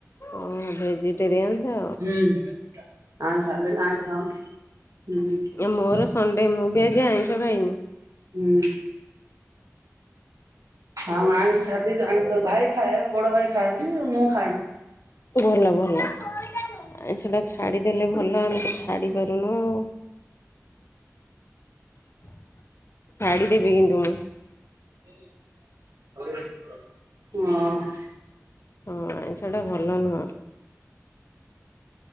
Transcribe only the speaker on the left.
ଓ ଭେଜିଟେରିଆନ୍ସ।
ହୁଁ ମୋର
ସଣ୍ଡେ
ମୁଁ ବି ଆଜି ଆଇଁଷ
ଖାଇନି।
ଭଲ ଭଲ ଆଇଁଷ ଟା ଛାଡ଼ିଦେଲେ ଭଲ ଆମେ ତ ଛାଡ଼ିପାରୁନୁ ଆଉ। <inaudible> ଛାଡ଼ିଦେବି, କିନ୍ତୁ ମୁଁ।
ହଁ ଆଇଁଷଟା ଭଲ ନୁହଁ।